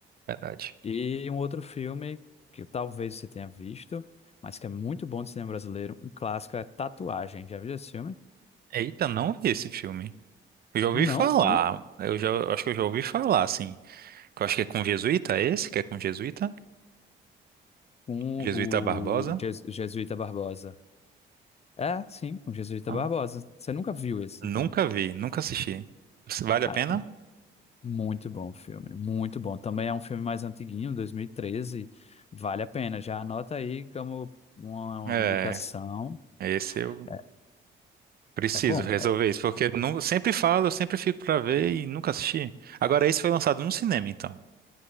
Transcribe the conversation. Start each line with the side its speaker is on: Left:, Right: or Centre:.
Right: verdade.
Left: E um outro filme que talvez você tenha visto, mas que é muito bom de cinema brasileiro, um clássico é Tatuagem. Já viu esse filme?
Right: Eita, não vi esse filme. Eu já ouvi
Left: Não,
Right: falar.
Left: viu?
Right: Eu já, eu acho que eu já ouvi falar, assim. Que Eu acho que é com jesuíta, é esse que é com jesuíta?
Left: Com
Right: Jesuíta
Left: o
Right: Barbosa?
Left: Jes- Jesuíta Barbosa. É, sim, com o Jesuíta
Right: Ah.
Left: Barbosa. Você nunca viu esse,
Right: Nunca
Left: então.
Right: vi, nunca assisti. Vale
Left: Cara,
Right: a pena?
Left: muito bom o filme, muito bom. Também é um filme mais antiguinho, 2013. Vale a pena. Já anota aí como uma
Right: É,
Left: indicação.
Right: esse eu
Left: É
Right: preciso
Left: é bom.
Right: resolver
Left: é-
Right: isso, porque eu não, sempre falo, eu sempre fico pra ver e nunca assisti. Agora, esse foi lançado no cinema, então.